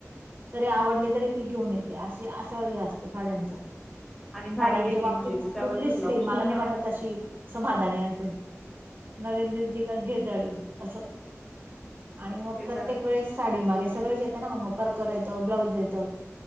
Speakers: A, on the right (about 45°); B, in the centre.
A: तरी आवडली तरी ती घेऊन येते, आ आस असं हे असतं साड्यांच.
B: आणि साडी
A: साड्यांच्या
B: घेतली
A: बाबतीत
B: म्हणजे तिच्यावरच
A: कुठलीच
B: ब्लाऊज
A: स्त्री
B: शिवणं
A: मला नाही वाटत अशी समाधानी असेल, नवीन दिसली की घे साडी, असं आणि मग
B: ते
A: प्रत्येक
B: तर आहे
A: वेळेस साडी मागे सगळंच येतना मग. परकर येत, ब्लाऊज येत